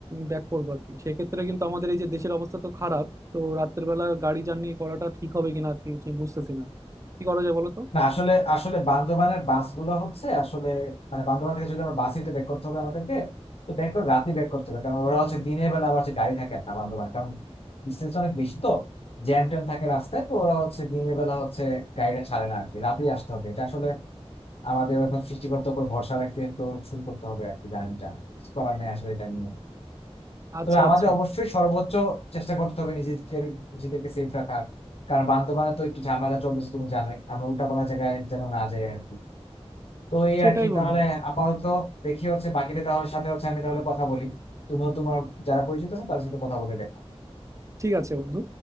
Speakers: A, on the right; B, on the left.
A: ব্যাক করবো আর কি সেক্ষেত্রে কিন্তু আমাদের এই যে দেশের অবস্থা তো খারাপ তো রাত্রের বেলা গাড়ি জার্নি করাটা ঠিক হবে কিনা আর কি বুঝতেছি না কি করা যায় বলো তো
B: না আসলে আসলে বান্দরবানের বাসগুলো হচ্ছে আসলে মানে বান্দরবান থেকে যদি আমরা বাসিতে ব্যাক করতে হবে আমাদেরকে তো ব্যাক করে রাতে ব্যাক করতে হবে কারণ ওরা হচ্ছে দিনের বেলা আবার হচ্ছে গাড়ি থাকে না বান্দরবান কারণ ডিস্টেন্স অনেক বেশি তো জ্যাম ট্যাম থাকে রাস্তায় তো ওরা হচ্ছে দিনের বেলা হচ্ছে গাড়িটা ছাড়ে না আর কি রাতেই আসতে হবে এটা আসলে আমাদের এখন সৃষ্টিকর্তার উপর ভরসা রাখতে তো শুরু করতে হবে আর কি জার্নিটা করার নেই আসলে এটা নিয়ে
A: আচ্ছা
B: তবে আমাদের
A: আচ্ছা
B: অবশ্যই সর্বোচ্চ চেষ্টা করতে হবে নিজেদের নিজেদেরকে সেফ রাখার কারণ বান্দরবানে তো একটু ঝামেলা চলতেছে তুমি জানোই আমরা উল্টাপাল্টা জায়গায় যেন না যাই আর কি। তো এই
A: সেটাই
B: আর কি
A: বন্ধু
B: তাহলে আপাতত দেখি হচ্ছে বাকিদের তাহলে সাথে হচ্ছে আমি তাহলে কথা বলি তুমিও তোমার যারা পরিচিত আছে তাদের সাথে কথা বলে দেখো
A: ঠিক আছে বন্ধু